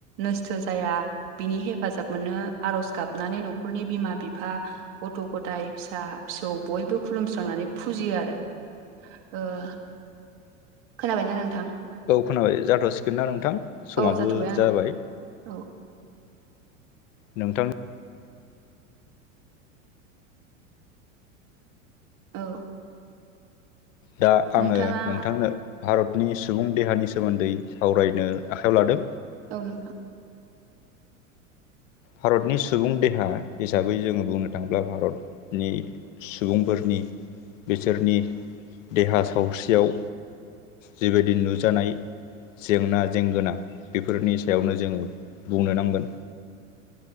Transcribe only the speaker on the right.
नोस्थ' जाया बिनि हेफाजाब मोनो आर'ज गाबनानै न'खरनि बिमा बिफा गथ' गथाय फिसा फिसौ बयबो खुलुमस्रांनानै फुजियो आरो। <unintelligible> खोनाबायना नोंथां?
औ जाथ'बाय आंना
औ।
औ।
नोंथाङा
औ नोंथां।